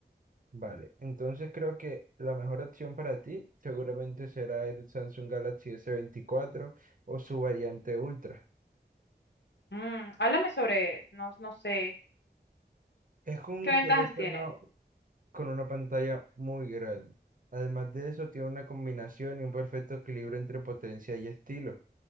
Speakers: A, on the right (about 50°); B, on the left (about 80°).
A: Vale, entonces creo que la mejor opción para ti seguramente será el Samsung Galaxy s veinticuatro o su variante Ultra.
B: Mm, háblame sobre él, no, no sé,
A: Es un
B: ¿qué ventajas
A: teléfono
B: tiene?
A: con una pantalla muy grande. Además de eso, tiene una combinación y un perfecto equilibrio entre potencia y estilo.